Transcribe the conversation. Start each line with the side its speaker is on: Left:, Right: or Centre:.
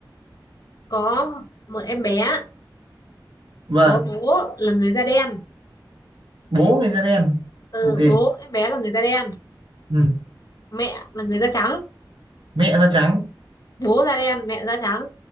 Left: có một em bé
Right: vâng
Left: có bố là người da đen
Right: bố người da đen
Left: ừ
Right: ok
Left: bố em bé là người da đen
Right: ừ.
Left: mẹ là người da trắng
Right: mẹ da trắng
Left: bố da đen mẹ da trắng